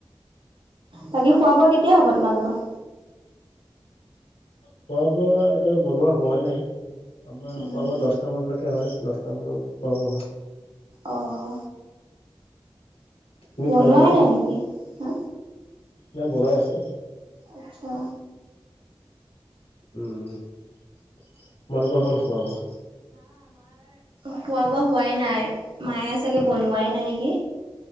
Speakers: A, on the right; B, on the left.
A: বাকী খোৱা বোৱা কেতিয়া হ'ব তোমালোকৰ
B: খোৱা বোৱা এতিয়া বনোৱা হোৱা নাই আমাৰ
A: উম
B: খোৱা বোৱা দছটা মানলৈকে কে হয় দছটা মানত খোৱা বোৱা হয়
A: অঁ
B: তুমি
A: বনোৱাই
B: খালা
A: নাই নেকি হা
B: নাই বনাই আছো
A: আচ্ছা
B: উম তোমালোকৰ হল খোৱা বোৱা
A: হোৱা বা হোৱাই নাই মায়ে চাগে বনোৱাই নাই নেকি